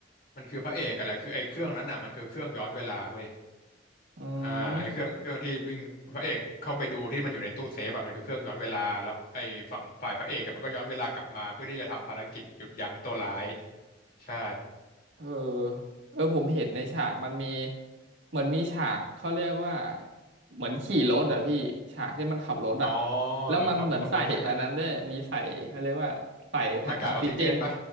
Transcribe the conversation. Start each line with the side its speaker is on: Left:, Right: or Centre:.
Left: มันคือพระเอกกันแหละคือไอ้เครื่องนั้นอ่ะมันคือเครื่องย้อนเวลาเว้ย
Right: อื
Left: อ่าไอ้เครื่องเครื่องที่วิ่งพระเอกเข้าไปดูที่มันอยู่ในตู้เซฟอ่ะมันคือเครื่องย้อนเวลาแล้วไอ้ฝั่งฝ่ายพระเอกอะมันก็ย้อนเวลากลับมาเพื่อที่จะทำภารกิจหยุดยั้งตัวร้าย
Right: ม
Left: ใช่
Right: เออเออผมเห็นในฉากมันมีเหมือนมีฉากเขาเรียกว่าเหมือนขี่รถอะพี่ฉากที่มันขับรถอะ
Left: อ๋อ
Right: แล้วมันเหมือนใส่อันนั้นด้วยมีใส่เขาเรียกว่าใส่ถังออกซิเจน
Left: เออขับขับรถใช่ไหมหน้ากากออกซิเจนปะ